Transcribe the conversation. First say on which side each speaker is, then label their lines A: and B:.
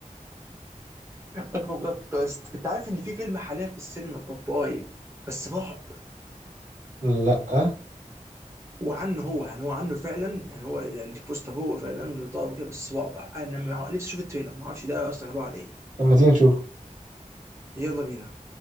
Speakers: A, on the right; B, on the right.
A: اكبر بلوت تويست انت عارف ان في فيلم حاليا في السينما باباي بس رعب
B: لا
A: وعنه هو يعني هو عنه فعلا يعني هو البوستر هو فعلا بيضرب كده بس رعب انا مع- نفسي اشوف التريلر ما اعرفش ده اصلا عباره عن ايه
B: طب ما تيجي نشوف
A: يلا بينا